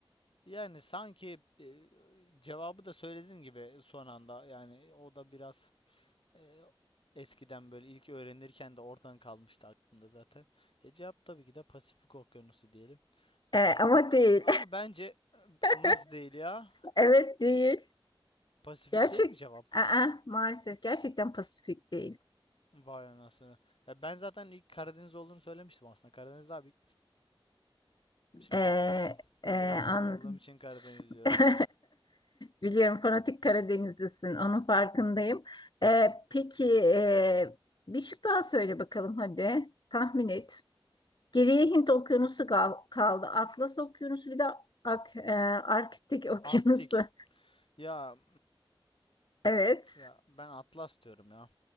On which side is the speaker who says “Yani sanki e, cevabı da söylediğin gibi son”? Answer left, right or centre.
Left